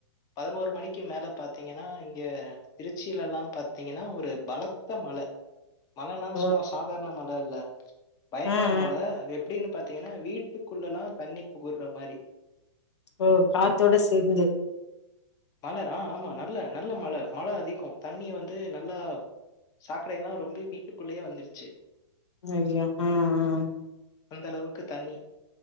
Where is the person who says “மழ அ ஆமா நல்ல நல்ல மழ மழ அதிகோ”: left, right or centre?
Left